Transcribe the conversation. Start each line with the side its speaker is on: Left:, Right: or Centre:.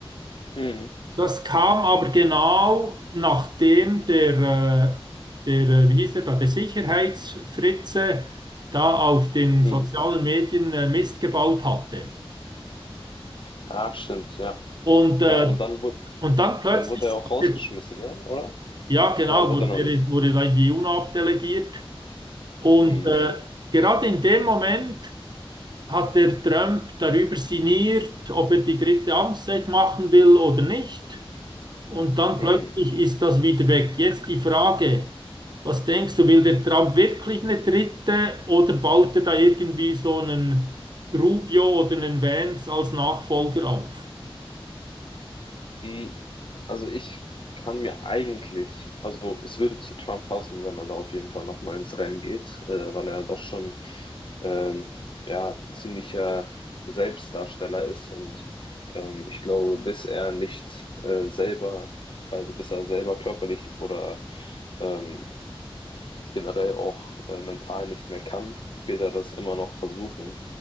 Left: Mhm.
Right: Das kam aber genau nachdem der, äh, der, äh, wie hieß der da, der Sicherheitsfritze da auf den
Left: Mhm.
Right: sozialen Medien äh, Mist gebaut hatte.
Left: Ah, stimmt, ja.
Right: Und, äh,
Left: Ja, und dann wurde,
Right: und dann plötzlich
Left: dann wurde er
Right: sagt
Left: auch rausgeschmissen,
Right: der
Left: ne? Oder?
Right: Ja, genau,
Left: Oder wurde
Right: wurde,
Left: er noch nicht?
Right: wurde da in die UNO abdelegiert. Und
Left: Mhm.
Right: äh, gerade in dem Moment hat der Trump darüber sinniert, ob er die dritte Amtszeit machen will oder nicht. Und dann
Left: Mhm.
Right: plötzlich ist das wieder weg. Jetzt die Frage, was denkst du, will der Trump wirklich eine dritte oder baut er da irgendwie so einen Rubio oder einen Vance als Nachfolger auf?
Left: Mhm. Also ich kann mir eigentlich, also es würde zu Trump passen, wenn er da auf jeden Fall nochmal ins Rennen geht, äh, weil er doch schon ähm, ja, ein ziemlicher Selbstdarsteller ist und ähm, ich glaube, bis er nicht äh, selber, also bis er selber körperlich oder ähm, generell auch äh, mental nicht mehr kann, wird er das immer noch versuchen,